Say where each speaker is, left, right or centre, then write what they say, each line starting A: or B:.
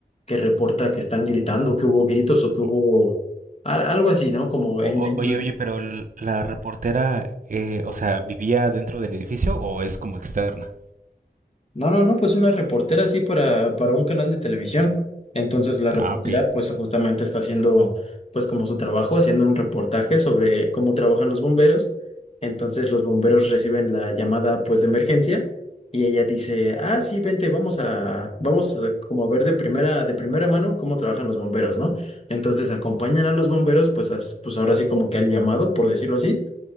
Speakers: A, on the left; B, on the right.
A: que reporta que están gritando, que hubo gritos o que hubo
B: O-
A: al- algo así, ¿no? Como
B: o-
A: en, en-
B: oye, oye, pero l- la reportera, eh, o sea, ¿vivía dentro del edificio o es como externa?
A: No, no, no, pues una reportera así para, para un canal de televisión. Entonces la reportera
B: Ah, ok.
A: pues justamente está haciendo pues como su trabajo, haciendo un reportaje sobre cómo trabajan los bomberos. Entonces los bomberos reciben la llamada pues de emergencia y ella dice, ah, sí, vente, vamos a, vamos a como a ver de primera, de primera mano cómo trabajan los bomberos, ¿no? Entonces acompañan a los bomberos pues, as- pues ahora sí como que al llamado, por decirlo así